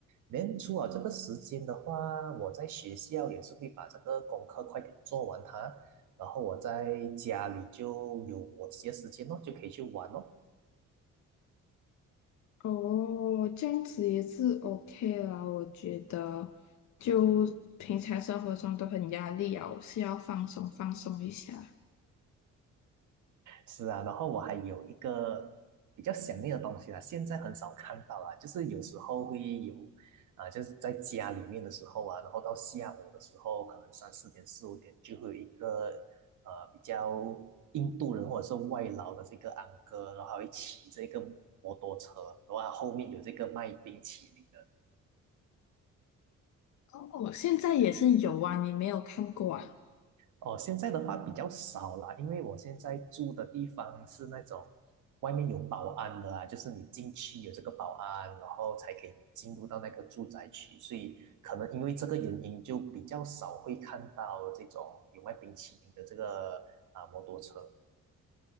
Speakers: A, on the right; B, on the left.
A: 连初了这个时间的话，我在学校也是会把这个功课快点做完它，然后我在家里就有我自己的时间咯，就可以去玩哦。
B: 哦，这样子也是 OK 啦，我觉得就平常生活中都很压力啊，我是要放松放松一下。
A: 是啊，然后我还有一个比较想念的东西啦，现在很少看到啦，就是有时候会有，啊、就是在家里面的时候啊，然后到下午的时候，可能三四点、四五点就会有一个呃比较印度人或者是外劳的这个安哥，然后还会骑这个摩托车，然后他后面有这个卖冰淇淋的，
B: 哦，现在也是有啊，你没有看过啊？
A: 哦，现在的话比较少了，因为我现在住的地方是那种外面有保安的啊，就是你进去有这个保安，然后才可以进入到那个住宅区，所以可能因为这个原因，就比较少会看到这种有卖冰淇淋的这个啊摩托车。